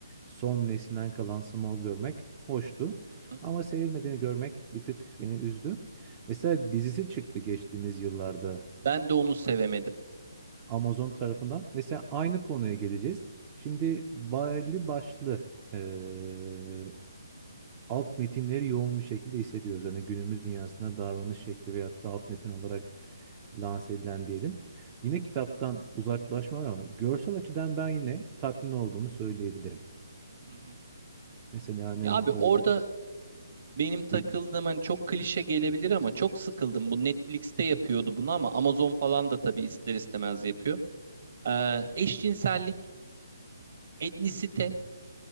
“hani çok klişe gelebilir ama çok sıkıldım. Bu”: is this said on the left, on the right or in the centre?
Right